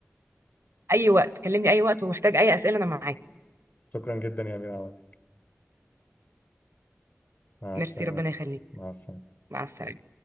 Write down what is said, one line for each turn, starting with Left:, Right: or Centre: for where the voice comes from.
Right: اي وقت كلمني اي وقت ومحتاج اي اسئلة انا معاك
Left: شكرا جدا يا امير عوض مع
Right: ميرسي
Left: السلامه
Right: ربنا يخليك
Left: مع السلامه
Right: مع السلامة